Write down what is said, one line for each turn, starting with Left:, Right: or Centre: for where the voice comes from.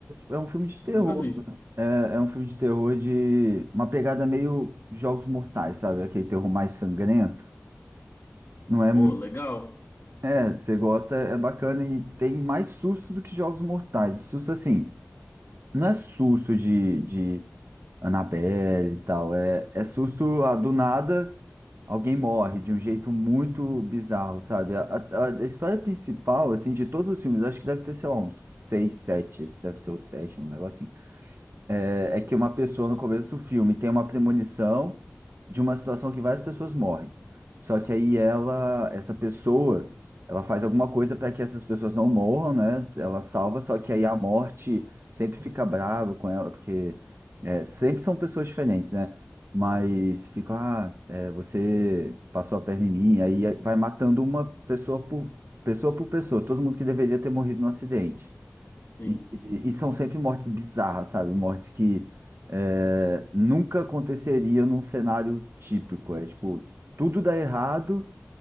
Right: é é um filme de terror.
Left: Nunca vi.
Right: É, é um filme de terror de uma pegada meio Jogos Mortais, sabe? Aquele terror mais sangrento. Não é
Left: Pô,
Right: muito.
Left: legal.
Right: É, você gosta, é bacana e tem mais susto do que Jogos Mortais. Susto assim, não é susto de, de Annabelle e tal. É, é susto ah, do nada, alguém morre de um jeito muito bizarro, sabe? A, a- a história principal, assim, de todos os filmes, acho que deve ter, sei lá, uns seis, sete. Esse deve ser o sétimo, um negócio assim é, é que uma pessoa no começo do filme tem uma premonição de uma situação que várias pessoas morrem. Só que aí ela, essa pessoa, ela faz alguma coisa para que essas pessoas não morram, né? Ela salva, só que aí a morte sempre fica brava com ela, porque é, sempre são pessoas diferentes, né? Mas fica, ah, é, você passou a perna em mim, aí vai matando uma pessoa por pessoa por pessoa, todo mundo que deveria ter morrido no acidente.
Left: Sim.
Right: E, e- e são sempre mortes bizarras, sabe? Mortes que é, nunca aconteceria num cenário típico. É tipo, tudo dá errado